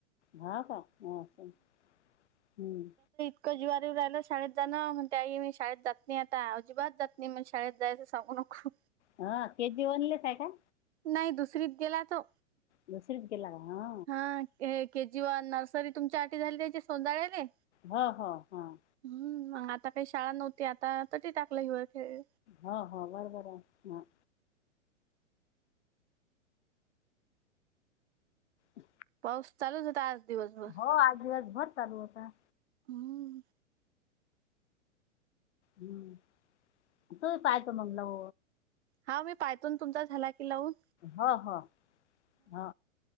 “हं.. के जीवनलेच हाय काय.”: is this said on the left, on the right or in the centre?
Left